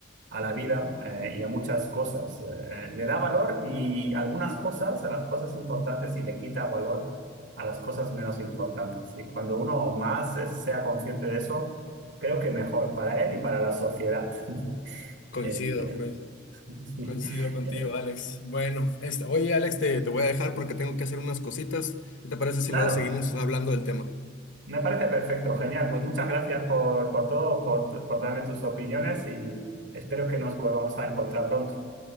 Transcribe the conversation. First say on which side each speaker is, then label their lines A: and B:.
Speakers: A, on the right; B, on the left.
A: a la vida eh, y a muchas cosas. Eh, le da valor y algunas cosas, a las cosas importantes, y le quita valor a las cosas menos importantes. Y cuando uno más eh, sea consciente de eso, creo que mejor para él y para la sociedad. <laughs>
B: Coincido,
A: Eh, eh,
B: coin-
A: <laughs> sí.
B: coincido contigo,
A: Eh,
B: Alex. Bueno, este, oye, Alex, te, te voy a dejar porque tengo que hacer unas cositas. ¿Qué te parece si
A: claro.
B: luego seguimos hablando del tema?
A: Me parece perfecto, genial. Pues muchas gracias por, por todo, por, por darme tus opiniones y espero que nos volvamos a encontrar pronto.